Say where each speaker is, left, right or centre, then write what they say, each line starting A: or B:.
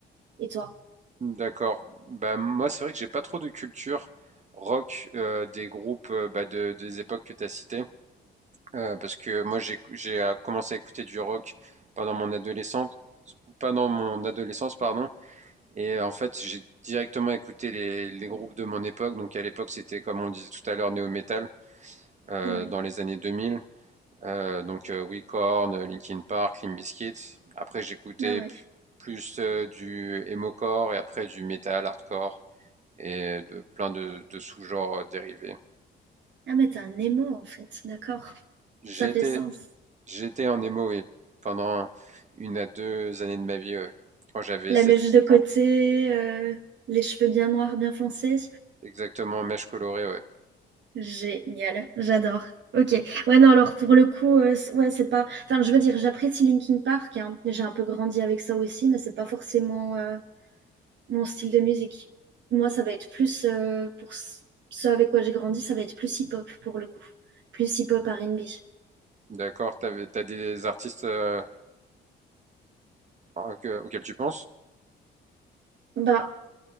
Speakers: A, on the right; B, on the right.
A: Et toi?
B: D'accord. Bah, moi, c'est vrai que j'ai pas trop de culture rock euh, des groupes euh, bah, de, des époques que tu as citées. Euh, parce que moi, j'ai j'ai, euh, commencé à écouter du rock pendant mon adolescence, pendant mon adolescence, pardon. Et euh, en fait, j'ai directement écouté les, les groupes de mon époque. Donc à l'époque, c'était comme on disait tout à l'heure, néo-metal, euh,
A: Ouais.
B: dans les années 2000. Euh, donc euh, oui, Korn, Linkin Park, Limp Bizkit. Après, j'écoutais
A: Ah ouais.
B: p- plus euh, du emo-core et après du metal, hardcore et de plein de, de sous-genres euh, dérivés.
A: Ah, mais t'es un émo, en fait. D'accord.
B: J'ai
A: Ça fait
B: été
A: sens.
B: J'étais en emo, oui, pendant une à deux années de ma vie, ouais. Quand j'avais
A: La
B: 16-17
A: mèche de côté,
B: ans.
A: euh, les cheveux bien noirs, bien foncés.
B: Exactement, mèche colorée, ouais.
A: Génial, j'adore. Ok. Ouais, non, alors pour le coup, euh, c- ouais, c'est pas. Enfin, je veux dire, j'apprécie Linkin Park. hein. J'ai un peu grandi avec ça aussi, mais c'est pas forcément euh, mon style de musique. Moi, ça va être plus euh, pour s- ce avec quoi j'ai grandi, ça va être plus hip-hop pour le coup, plus hip-hop R&B.
B: D'accord, t'avais, t'as des artistes euh, en- que- auxquels tu penses?
A: Bah,